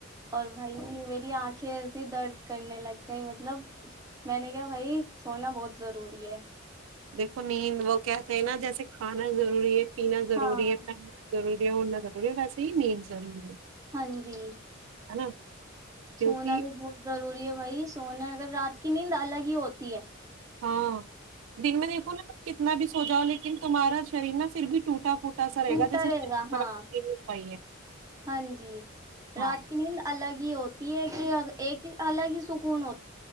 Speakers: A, on the right; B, on the right.
A: اور بھائی میری آنکھیں درد کرنے لگ گئی مطلب میں نے کیا بھائی سونا بہت ضروری ہے
B: دیکو نیند وہ کہتے ہیں نا جیسے کھانا ضروری ہے پینا ضروری
A: ہاں
B: ہے پہننا ضروری نہ کریے ویسے ہی مینزی ہے
A: ہاں جی
B: ہے نا کیونکہ
A: سونا بھی بہت ضروری ہے بھائی سونا اگر رات کی نیند الگ ہی ہوتی ہے
B: ہاں دن میں دیکھو نا تم کتنا بھی سو جاؤ لیکن تمہارا شریر نا پھر بھی ٹوٹا پھوٹا سا
A: ٹوٹا
B: گا جیسے اس
A: رہے
B: میں
A: گا
B: کچھ
A: ہاں
B: مرمت ہی نہیں ہو پائی ہے
A: ہاں جی
B: ہاں
A: رات کی نیند الگ ہی <unintelligible> یہ ایک ہی الگ ہی سکون ہو